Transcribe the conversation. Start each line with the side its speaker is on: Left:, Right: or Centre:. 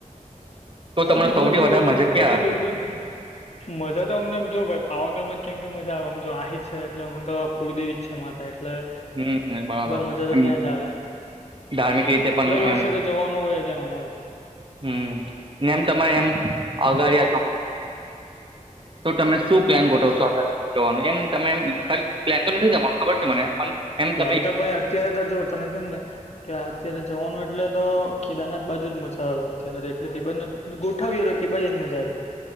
Right: તો
Left: હજુ
Right: તમને સૌથી
Left: દૂર દૂર
Right: વધારે
Left: લગીને
Right: મજા ક્યાં
Left: હજુ
Right: આવી
Left: દૂર દૂર. મજા તો અમને જો ભાઈ પાવાગા માં જ કેમ કે મજા આવે આમ આહિર છે એટલે અમ તો કુળદેવી જ છે માતા એટલે. એટલે
Right: હમ બરાબર
Left: બ મજા તો
Right: એમ
Left: ત્યાં જ આવે એમ.
Right: ધાર્મિક રીતે પણ
Left: દર વર્ષે
Right: એમ.
Left: તો જવાનું હોય જ એમ અમારું
Right: હમ ને એમ તમારે એમ અગાડ્યા છો તો તમે. <unintelligible> શું પ્લાન ગોઠવશો હવે જવાનું એમ તમે ખાલી પ્લાન તો નથી જવાનું ખબર છે મને પણ એમ
Left: પ્લેન
Right: તમે
Left: તો ભાઈ અત્યારે તો જોવ તને કેમ ને કે અત્યારે જવાનું એટલે તો કેદારનાથ બાજુ જ મજા આવે. <unintelligible> એટલે તે બાજુનો ગોઠવીએ તો બાજુ જ મજા આવે.